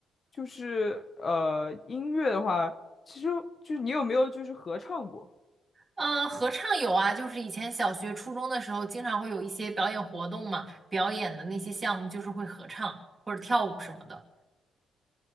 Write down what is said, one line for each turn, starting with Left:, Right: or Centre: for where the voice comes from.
Left: 就是呃，音乐的话，其实就是你有没有就是合唱过？
Right: 嗯，合唱有啊，就是以前小学、初中的时候，经常会有一些表演活动嘛，表演的那些项目就是会合唱或者跳舞什么的。